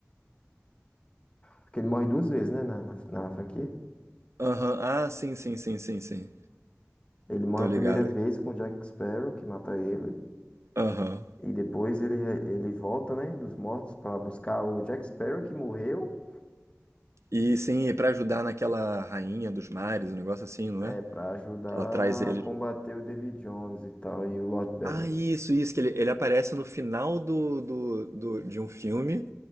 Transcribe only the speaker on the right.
Aham, Ah, sim, sim, sim, sim, sim.
Tô
ligado.
Aham.
E sim, e pra ajudar naquela rainha dos mares, um negócio assim, não
é?
Que Ela traz eles.
Ah, isso, isso, que ele, ele aparece no final do, do, do- de um filme,